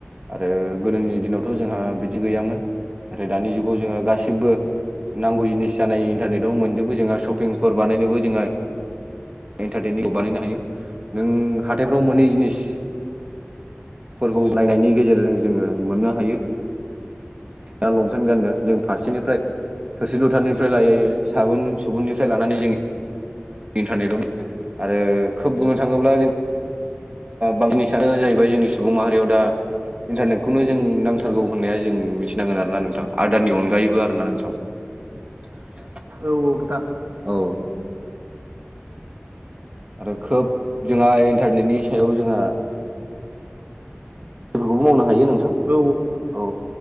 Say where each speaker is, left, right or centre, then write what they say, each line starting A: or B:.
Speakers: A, on the right; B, on the right.
A: आरो गोदोनि दिनावथ' जोंहा बिदि गैयामोन। नाथाय दानि जुगाव जोंहा गासिबो गेबो नांगौ जिनिस जानाय इन्टारनेटाव मोनजोबो जोंहा सपिंफोर बानायनोबो जोंहा इन्टारटेटनिखौ बानायनो हायो। नों हाथाइफ्राव मानि जिनिस फोरखौ नायनायनि गेजेरजों जोङो मोननो हायो। दा लंपेन्ट गाननो जों फारसेनिफ्राय थोरसि लथानिफ्राय लायै साबोन-सुबुननिफ्राय लानानै जों इन्टारनेटआवनो आरो खोब बुंनो थाङोब्ला जों बांननि सानानो जाहैबाय‌ जोंनि सुबुं माहारियाव दा इन्टारनेटखौनो जों नांथारगौ होननाया जों मिथिनांगोन आर ना नोंथां आदारानि अनगायैबो आरोना नोंथां। <inaudible>
B: औ औ खोथा।
A: औ। आरो खोब जोंहा इन्टारनेटनि सायाव जोंहा बेफोरखौबो मावनो हायो नोंथां
B: औ
A: औ